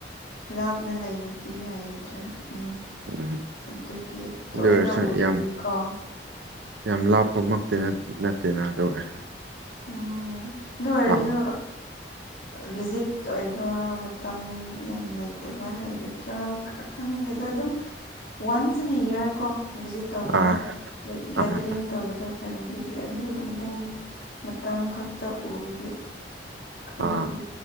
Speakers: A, on the left (about 65°); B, on the right (about 85°).
A: ꯂꯥꯞꯅ ꯂꯩꯕ ꯐꯖꯕꯒꯤ ꯍꯥꯏꯒꯗ꯭ꯔꯥ ꯎꯝ
B: ꯎꯝ
A: ꯑꯗꯨꯒꯤ ꯇꯣꯏꯅ
B: ꯑꯗꯨ ꯑꯣꯏꯔꯁꯨ
A: ꯎꯗꯣꯔꯤꯀꯣ
B: ꯌꯥꯝ ꯌꯥꯝ ꯂꯥꯞꯄꯃꯛꯇꯤ ꯅꯠ ꯅꯠꯇꯦꯅ ꯑꯗꯨ ꯑꯣꯏꯔꯁꯨ
A: ꯎꯝ ꯑꯗꯨ ꯑꯣꯏꯔꯖꯨ
B: ꯇꯥꯎꯟ
A: ꯚꯤꯖꯤꯠ ꯇꯣꯏꯌꯦꯕ ꯃꯇꯝ ꯌꯥꯝ ꯂꯩꯇꯕ ꯍꯥꯏꯒꯗ꯭ꯔꯥ ꯑ ꯈꯪꯗꯦꯗ ꯑꯗꯨꯝ ꯋꯥꯟꯁ ꯑꯦꯟ ꯏꯌꯥꯔ ꯀꯣ ꯚꯤꯖꯤꯠ ꯇꯧꯕꯗꯣ
B: ꯑꯥ
A: ꯒꯦꯗꯔꯤꯡ
B: ꯑꯥ
A: ꯇꯧꯕꯗꯣ ꯐꯦꯃꯤꯂꯤꯒꯤ ꯑꯗꯨꯒꯨꯝꯕ ꯃꯇꯝ ꯈꯛꯇ ꯎꯕꯒꯤ ꯈꯣꯏꯒꯤ
B: ꯑꯥ